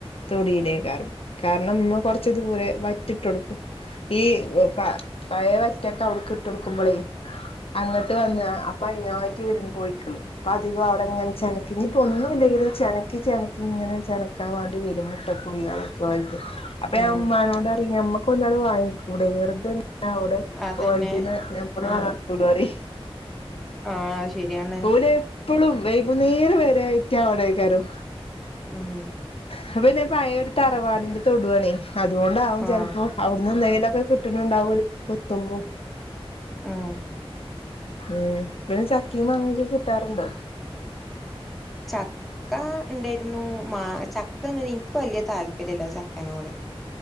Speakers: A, on the left; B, in the centre.
A: തൊടയിലേക്കാറും. കാരണംമ്മ കൊറച്ച ദൂരെ ഇ ഇട്ടൊടുക്കും. ഈ പഴയ വറ്റൊക്കെ അവിടുക്ക് ഇട്ട കൊടുക്കുമ്പോളേ അങ്ങോട്ട് വന്ന അപ്പൊ അതിനായിട്ട് വരും കോഴിക്കള് അപ്പ അധികം അവിടെ ഇങ്ങനെ പതിവായിചെനക്കി ഇ ഇപ്പൊന്നുമ ഇല്ലെങ്കിൽ ചെനക്ക് ചെനക്കി ഇങ്ങനെ ചെനക്കാൻ വേണ്ടി വരും കേട്ടോ കുഴികളൊക്കെത്. അപ്പൊ ഞാ
B: ഉം
A: ഉമാനോട് പറയു. അ നമ്മക്ക്ന്നാല വാങ്ങിക്ക്. വെറുത ആ അവിടെ
B: അതന്നെ
A: ഓല തിനാ
B: ആ
A: സുഖാടി
B: ആ ശരിയാണ്
A: പോലെ എപ്പോളും വൈകുന്നേരം വരെയിറ്റാ അവേ ടേക്കാ രം
B: ഉം
A: അപ്പൊ പിന്നെ പഴയ തറവാടിന്റെ
B: ഉം
A: തൊടുവണേ അതുകൊണ്ടാവും
B: ആ
A: ചിലപ്പോ. അവിടുന്ന് എന്തെങ്കിലുംക്കെ കിട്ടുന്നുണ്ടാവും എ കൊത്തുമ്പോ
B: ആഹ്
A: മം പിന്നെ ചക്കിയ മാങ്ങക്ക കിട്ടാറുണ്ടോ
B: ചക്ക ഇണ്ടായിരുന്നു. മാ ചക്ക എനിക്ക് വലിയ താല്പര്യല്ല ചക്കനോട്.